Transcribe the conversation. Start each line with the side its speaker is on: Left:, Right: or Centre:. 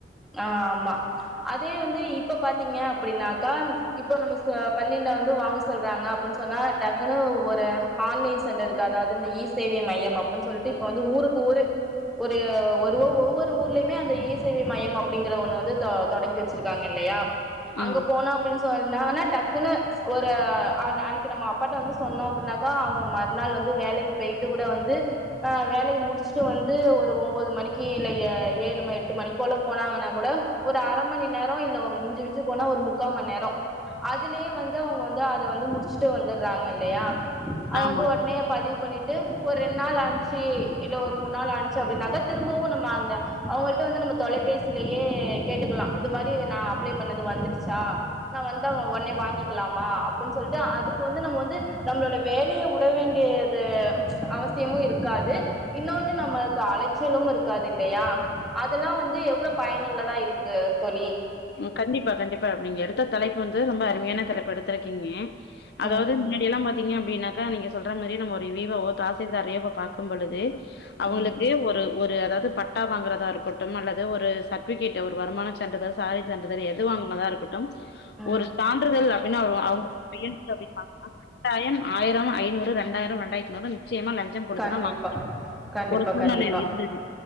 Centre: ஆ ஆமா அதே வந்து இப்ப பாத்தீங்க அப்படின்னாக்கா இப்ப நம்ம ச பள்ளியில வந்து வாங்க சொல்றாங்க அப்படின்னு சொன்னா டக்குன்னு ஒரு ஆன்லைன் சென்டருக்கு அதாவது இந்த இ சேவை மையம் அப்பன் சொல்ட்டு இப்ப வந்து ஊருக்கு ஊரு ஒரு ஒரு ஒவ்வொரு ஊருலையுமே அந்த ஈ சேவை மையம் அப்படிங்கற ஒண்ணு வந்து தொ தொடங்கி வச்சிருக்காங்க இல்லையா அங்க
Left: ம்
Centre: போனா அப்டினு சொன்னாங்கனா டக்குன்னு ஒரு அன் அன்னைக்கு நம்ம அப்பாட்டா வந்து சொன்னோ அப்டின்னாக் கா அவுங்க மறுநாள் வந்து வேலைக்கு போயிட்டு கூட வந்து ஆ வேலைய முடிச்சுட்டு வந்து ஒரு ஒம்போது மணிக்கு இல்ல எ ஏழு ம எட்டு மணி போல போனாங்கன்னா கூட ஒரு அர மணி நேரோ இல்ல மிஞ்சு மிஞ்சு போனா ஒரு முக்காம நேரோ அது அதுலயே வந்து அவுங்க வந்து அத வந்து முடிச்சுட்டு வந்துடுறாங்க இல்லையா அது
Left: ஆமா
Centre: வந்து ஒட்னே பதிவு பண்ணிட்டு ஒரு ரெண்டு நாள் ஆன்ச்சு இல்ல ஒரு மூண் நாள் ஆன்ச்சு அப்டின்னாக்கா திரும்பவு நம்ம அந்த அவுங்க ள்ட்டே வந்து நம்ம தொலைபேசியிலயே கேட்டுக்லா இது மாரி நா அப்ளை பண்ணது வந்துருச்சா நா வந்தா ஒட்ன்னே வாங்கிக்கலாமா அப்பன் சொல்ட்டு அதுக்கு வந்து நம்ம வந்து நம்மளோட வேலைய உட வேண்டிய த அவசியமு இருக்காது இன்னொன்னு நம்மளுக்கு அலைச்சலும் இருக்காது இல்லையா அதல்லா வந்து எவ்ளோ பயனுள்ளதா இருக்கு தோழி
Left: ம் கண்டிப்பா கண்டிப்பா அப் நீங்க எடுத்த தலைப்பு வந்து ரொம்ப அருமையான தலைப்பு எடுத்திருக்கீங்கே அதாவது
Centre: ம்
Left: முன்னெய்ல்லா பாத்தீங்க அப்டின்னாக்கா நீங்க சொல்ற மாரி நம்ம வீவோவோ தாசில்தாரையோ இப்ப பாக்கும் பொழுது அவுங்களுக்கு
Centre: ம்
Left: ஒரு ஒரு அதாவது பட்டா வாங்கறதா இருக்கட்டும் அல்லது ஒரு சர்டிவிகேட் ஒரு வருமான சான்றிதழ் சாதி சான்றிதழ் எது வாங்கனதா இருக்கட்டும்
Centre: ம்
Left: ஒரு சான்றிதழ் அப்டின்னு அவரு அவுங்க பையன்க்கு அப்டின் வாங்கனா கட்டாயம் ஆயிரம் ஐநூறு ரெண்டாயிரம் ரெண்டாயிரத்தி நூறு நிச்சயமா லஞ்சம் கொடுத்துதா
Centre: கண்டிப்பா
Left: வாங்கி
Centre: கண்டிப்பா
Left: ஒரு சூழ்நெல
Centre: கண்டிப்பா
Left: இருந்துது